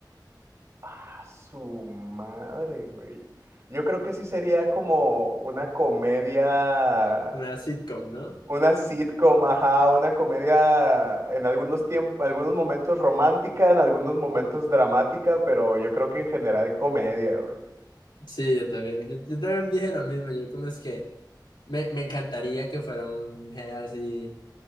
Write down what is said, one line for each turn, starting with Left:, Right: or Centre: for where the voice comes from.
Right: A su madre, güey. Yo creo que sí sería como una comedia
Left: Una sitcom, ¿no?
Right: Una sitcom, ajá, una comedia en algunos tiempos, algunos momentos romántica, en algunos momentos dramática, pero yo creo que en general comedia, güey.
Left: Sí, yo también, yo, yo también dije lo mismo, yo como es que me, me encantaría que fuera un género así